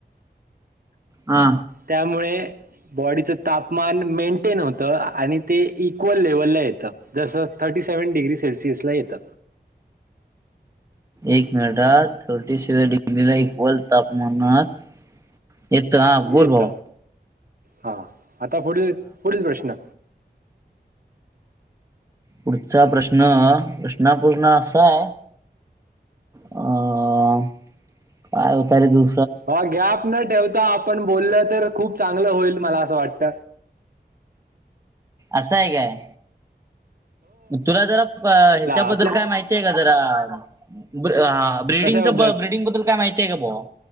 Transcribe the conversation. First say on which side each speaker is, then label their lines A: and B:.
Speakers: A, on the right; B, on the right.
A: हा
B: त्यामुळे बॉडी चे तापमान मेंटेन होतं, आणि इक्वल लेवल ला येतं जसं थर्टी सेव्हन डिग्री सेल्सिअस ला येत.
A: एक मिनिटात थर्टी सेवन डिग्रीला इक्वल तापमानात येत हा
B: येत
A: बोल, भावा.
B: हा आता पुढील पुढील प्रश्न?
A: पुढचा प्रश्न प्रश्न पूर्ण असा आहे? अ काय होत रे तू?
B: भावा गॅप न ठेवता, आपण बोललं तर खूप चांगलं होईल. मला असं वाटत.
A: असा आहे काय तुला जरा ह्याच्याबद्दल
B: आपल्याला
A: काय माहितीय का जरा <unintelligible> ब्रिडिंगच
B: कशाबद्दल
A: ब्रिडिंगबद्दल काय माहित आहे का, भावा